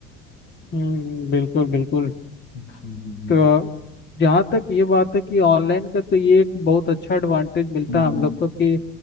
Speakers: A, on the left (about 30°); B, on the left (about 50°).
A: हम्म बिल्कुल बिल्कुल
B: जी जी जी
A: तो
B: जी
A: जहाँ तक ये बात है कि ऑनलाइन का तो ये एक बहुत अच्छा एडवांटेज मिलता
B: हम्म,
A: है हम लोग को कि